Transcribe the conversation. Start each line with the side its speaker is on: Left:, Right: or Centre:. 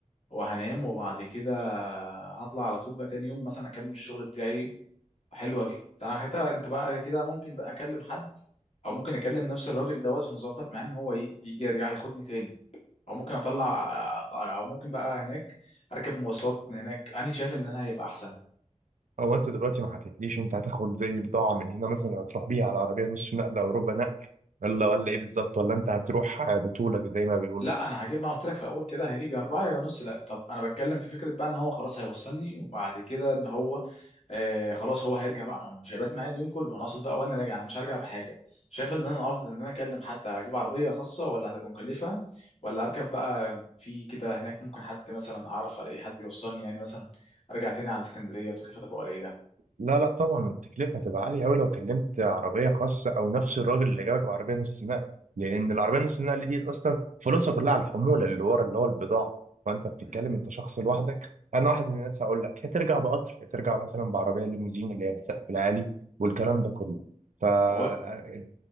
Left: وهنام وبعد كده هطلع على طول بقى تاني يوم مثلا اكمل الشغل بتاعي حلو قوي انا حتى انت بقى كده ممكن بقى اكلم حد او ممكن اكلم نفس الراجل ده عشان نظبط معاه ان هو ايه يجي يرجع ياخدني تاني او ممكن اطلع او ممكن بقى هناك اركب مواصلات من هناك انا شايف ان انا هيبقى احسن
Right: هو انت دلوقتي ما حكيتليش انت هتاخد زي بضاعه من هنا مثلا هتروح بيها على عربيه نص نقله او ربع نقل ولا ولا ايه بالظبط ولا انت هتروح بطولك زي ما بيقولوا
Left: لا انا هجيب ما قلت لك في الاول كده هجيب يا اربعه يا نص لا طب انا بتكلم في فكره بقى ان هو خلاص هيوصلني وبعد كده ان هو آه خلاص هو هيرجع بقى ما هو مش هيبات معايا اليوم كله انا اقصد بقى وانا راجع انا مش هرجع بحاجه شايف ان انا افضل ان انا اكلم حد اجيب عربيه خاصه ولا هتبقى مكلفه ولا اركب بقى في كده هناك ممكن حد مثلا اعرف الاقي حد يوصلني يعني مثلا ارجع تاني على اسكندريه وتكلفتها تبقى قليله
Right: لا لا طبعا التكلفة هتبقى عالية أوي لو كلمت عربية خاصة أو نفس الراجل اللي جابك بعربية نص نقل لأن العربية نص نقل دي أصلا فلوسها كلها على الحمولة اللي ورا اللي هو البضاعة فأنت بتتكلم
Left: مم.
Right: أنت شخص لوحدك أنا واحد من الناس هقول لك هترجع بقطر هترجع مثلا بعربية ليموزين اللي هي السقف العالي والكلام ده كله فاتفضل
Left: طب اقول